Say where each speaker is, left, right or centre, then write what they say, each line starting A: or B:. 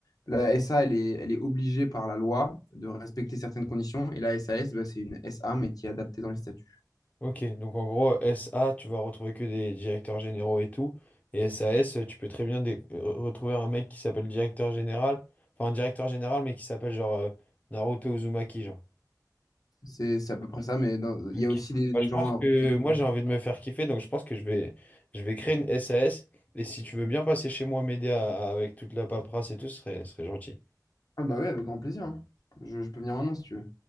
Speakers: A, on the left; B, on the left.
A: La SA, elle est, elle est obligée par la loi de respecter certaines conditions, et la SAS, bah, c'est une SA, mais qui est adaptée dans les statuts.
B: Ok, donc en gros, SA, tu vas retrouver que des directeurs généraux et tout. Et SAS, tu peux très bien dé- re- retrouver un mec qui s'appelle directeur général. Enfin, un directeur général, mais qui s'appelle genre euh, Naruto Uzumaki, genre.
A: C'est c'est à peu près ça, mais dans- il
B: Ok.
A: y a aussi des, des
B: Bah, je
A: gens...
B: pense que
A: euh,
B: moi, j'ai envie de me faire kiffer, donc je pense que je vais, je vais créer une SAS. Et si tu veux bien passer chez moi m'aider à- à- avec toute la paperasse et tout, ce serait, ce serait gentil.
A: Ah bah oui, avec grand plaisir. hein. Je, je peux venir maintenant si tu veux.